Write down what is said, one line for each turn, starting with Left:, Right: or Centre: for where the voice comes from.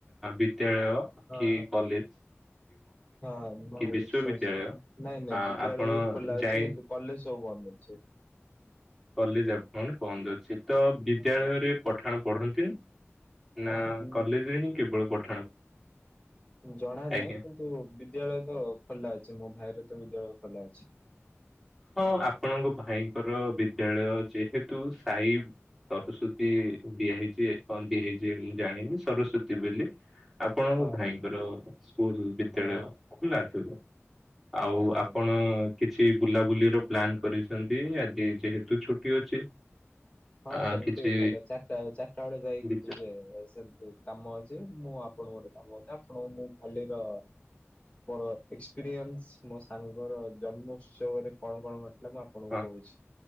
Centre: ବିଦ୍ୟାଳୟ
Left: ହଁ
Centre: କି କଲେଜ୍
Left: ହଁ ନାଁ
Centre: ବିଶ୍ଵବିଦ୍ୟାଳୟ
Left: ସୋସରି ନାଇଁ ନାଇଁ ବିଦ୍ୟାଳୟ
Centre: ଆପଣ
Left: ଖୋଲା
Centre: ଯାଇ
Left: ଅଛି କିନ୍ତୁ କଲେଜ୍ ସବୁ ବନ୍ଦ ଅଛି।
Centre: କଲେଜ୍ ଆପଣଙ୍କର ବନ୍ଦ ଅଛି ତବିଦ୍ୟାଳୟରେ
Left: ହଁ
Centre: ପଠାଣ ପଢନ୍ତିନି? ନା
Left: ହଁ
Centre: କଲେଜରେ ହିଁ କେବଳ ପଢ
Left: ଜଣା ନାହିଁ
Centre: ଆଜ୍ଞା।
Left: କି କିନ୍ତୁ ବିଦ୍ୟାଳୟତ ଖୋଲା ଅଛି ମୋ ଭାଇରତ ବିଦ୍ୟାଳୟ ଖୋଲା ଅଛି।
Centre: ହଁ
Left: ବୁଝିଲେ
Centre: ଆପଣଙ୍କ ଭାଇଙ୍କର ବିଦ୍ୟାଳୟ ଯେହେତୁ ସାଇ ସରସ୍ଵତୀ ଦିଆ ହେଇଚି ଏପଯ୍ୟନ୍ତ ହେଇଚି ବୋଲି ମୁଁ ଜାଣିନି ସରସ୍ଵତୀ ବୋଲି ଆପଣଙ୍କ
Left: ହଁ
Centre: ଭାଇଙ୍କର
Left: ହଁ
Centre: ସ୍କୁଲ୍ ବିଦ୍ୟାଳୟ
Left: ହଁ ହଁ
Centre: ଖୋଲା ଥିବ। ଆଉ
Left: ଆଜ୍ଞା
Centre: ଆପଣ
Left: ଆଜ୍ଞା ହଁ।
Centre: କିଛି ବୁଲାବୁଲିର ପ୍ଲାନ କରିଚନ୍ତି ଆଜି ଯେହେତୁ ଛୁ ଛୁଟି ଅଛି।
Left: ହଁ
Centre: ଆ
Left: ସେମିତି
Centre: କିଛି
Left: ମାନେ ଚାରିଟା ଚାରିଟା ବେଳେ ଯାଇକି
Centre: ବିଚା
Left: ଟିକେ ସେମିତି କାମ ଅଛି ମୁଁ ଆପଣଙ୍କୁ ଗୋଟେ କାମ ଅଛି ଆପଣଙ୍କୁ ମୁଁ କାଲିର ମୋର ଏକ୍ସପିରିଏନ୍ସ ମୋ ସାଙ୍ଗର ଜନ୍ମ ଉତ୍ସବରେ କଣ କଣ ଘ ମୁଁ ଆପଣଙ୍କୁ
Centre: ହଁ
Left: କହୁଛି